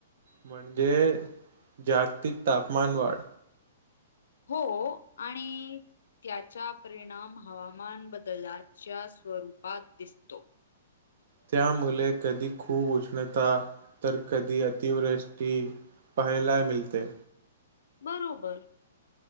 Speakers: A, on the right; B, on the left.
A: म्हणजे जागतिक तापमान वाढ
B: हो आणि त्याचा परिणाम हवामान बदलाच्या स्वरूपात दिसतो
A: त्यामुळे कधी खूप उष्णता तर कधी अतिवृष्टी. पहिलाय मिलते.
B: बरोबर.